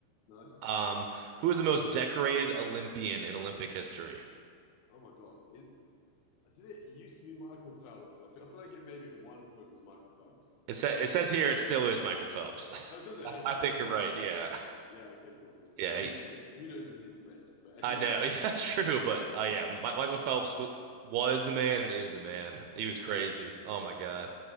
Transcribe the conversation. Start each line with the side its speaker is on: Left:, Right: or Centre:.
Left: nice.
Right: Um, who is the most decorated Olympian in Olympic history?
Left: Oh my God, it, Did it used to be Michael Phelps? I feel, I feel like it maybe at one point was Michael Phelps
Right: It sa it
Left: in
Right: says
Left: my
Right: here
Left: mind.
Right: it still is Michael Phelps.
Left: Oh, does
Right: <laughs>
Left: it?
Right: I
Left: Okay,
Right: I think
Left: nice.
Right: you're right. Yeah.
Left: Yeah, okay, cool.
Right: Yeah,
Left: I mean,
Right: he-
Left: yeah, who knows when these were made? But anyway,
Right: I know. <laughs> Yeah, that's true, but uh, yeah, Mi- Michael Phelps w was the man and is the man. He was
Left: yeah,
Right: crazy. Oh my God.